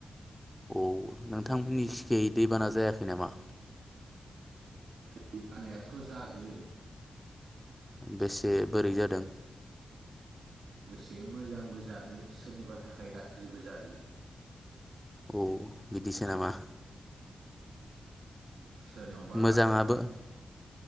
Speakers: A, in the centre; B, on the right.
A: औ नोंथांमोननि थिंजाय दैबाना जायाखै नामा
B: दै बानायाथ जादो
A: बेसे बोरै जादों।
B: लोगोसे मोजांबो जादो सोरनिबा थाखाय गाज्रिबो जादो
A: औ बिदिसो नामा?
B: सोरनियावबा
A: मोजाङाबो